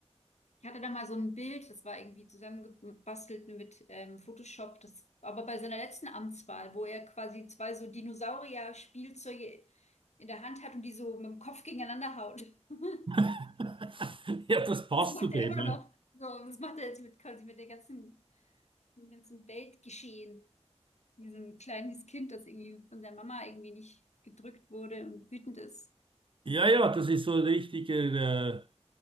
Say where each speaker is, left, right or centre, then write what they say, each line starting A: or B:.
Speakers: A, on the left (about 75°); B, on the right (about 50°).
A: ich hatte da mal so ein Bild, das war irgendwie zusammengebastelt mit ähm, Photoshop, das, aber bei seiner letzten Amtswahl, wo er quasi zwei so Dinosaurier-Spielzeuge in der Hand hat und die so mit dem Kopf gegeneinander haut. <laughs>
B: <laughs> Ja, das passt
A: Das macht
B: zu dem.
A: er immer noch. So, das macht er jetzt mit quasi mit der ganzen, dem ganzen Weltgeschehen. Diesem kleines Kind, das irgendwie von der Mama irgendwie nicht gedrückt wurde und wütend ist.
B: Ja, ja, das ist so ein richtiger. Äh,